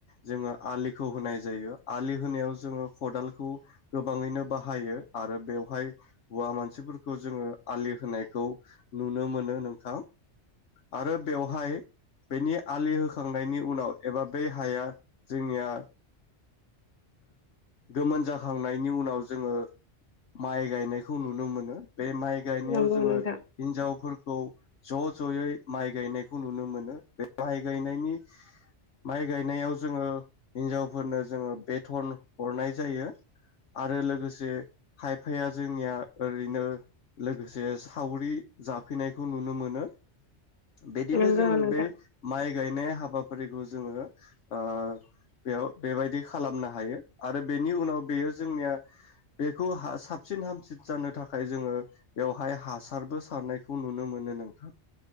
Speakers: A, on the left; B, on the left.
A: जोङो आलिखौ होनाय जायो। आलि होनायाव जोङो खदालखौ गोबाङैनो बाहायो आरो बेवहाय हौवा मानसिफोरखौ जोङो आलि होनायखौ नुनो मोनो नोंथां। आरो बेवहाय बेनि आलि होखांनायनि उनाव एबा बे हाया जोंनिया गोमोन जाखांनायनि उनाव जोङो माइ गायनायखौ नुनो मोनो। बे माइ गायनायाव
B: नंगौ
A: जोङो
B: नोंथां
A: हिन्जावफोरखौ ज' ज'यै माइ गायनायखौ नुनो मोनो। बे माइ गायनायनि माइ गायनायाव जोङो हिनजावफोरनो जोङो बेथन हरनाय जायो आरो लोगोसे खायफाया जोंनिया ओरैनो लोगोसे सावरि जाफैनायखौ नुनो मोनो। बिदिनो
B: नंगौ
A: जोङो
B: नोंथां
A: बे माइ गायनाय हाबाफारिखौ जोङो ओ- बेयाव बेबायदि खालामनो हायो। आरो बेनि उनाव बेयो जोंनिया बेखौ हा साबसिन हामसिन जानो थाखाय जोङो बेवहाय हासारबो सारनायखौ नुनो मोनो नोंथां।